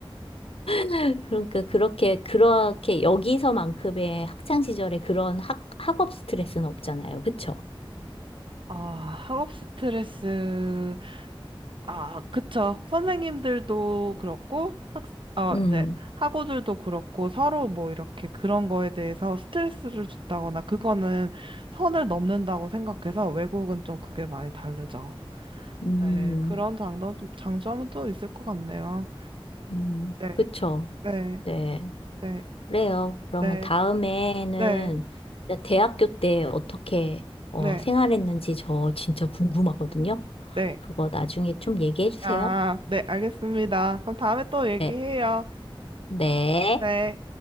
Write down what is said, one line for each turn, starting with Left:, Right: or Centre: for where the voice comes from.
Left: <laughs> 그러니까 그렇게 그렇게 여기서만큼의 학창 시절에 그런 학 학업 스트레스는 없잖아요. 그쵸?
Right: 아, 학업 스트레스. 아, 그쵸. 선생님들도 그렇고, 학, 어,
Left: 음.
Right: 이제, 학우들도 그렇고, 서로 뭐 이렇게 그런 거에 대해서 스트레스를 준다거나, 그거는 선을 넘는다고 생각해서 외국은 좀 그게 많이 다르죠.
Left: 음.
Right: 네, 그런 장점, 장점은 또 있을 것 같네요.
Left: 음.
Right: 네,
Left: 그쵸?
Right: 네,
Left: 네.
Right: 네,
Left: 그래요. 그러면
Right: 네,
Left: 다음에는
Right: 네,
Left: 진짜 대학교 때 어떻게 어,
Right: 네,
Left: 생활했는지 저 진짜 궁금하거든요.
Right: 네.
Left: 그거 나중에 좀 얘기해 주세요.
Right: 아, 네, 알겠습니다. 그럼 다음에 또 얘기해요.
Left: 네. 네.
Right: 네.